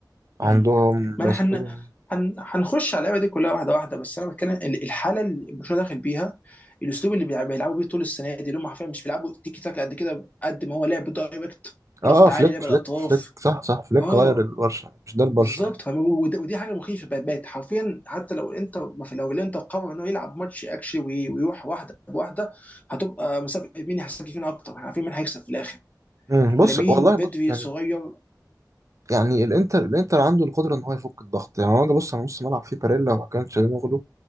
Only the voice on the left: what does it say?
مم. ما
انا هن... هن... هنخش على اللعبه دي كلها واحده واحده بس انا بتكلم ال- الحاله اللي برشلونه داخل بيها الاسلوب اللي بيلعب- بيلعبوا بيه طول السنه دي اللي هم حرفيا مش بيلعبوا تيكي تاك قد كده قد ما هو لعب دايركت
ضغط
عالي لعب
الاطراف
اه
بالظبط
فما- ود- ودي حاجه مخيفه بقت بقت حرفيا حتى لو انت ما في- لو الانتر قرر انه يلعب ماتش اكشلي وي- ويروح واحده بواحده هتبقى مسابقه مين هيحسك فينا اكتر احنا عارفين مين هيكسب في الاخر
لامين
بدري
صغير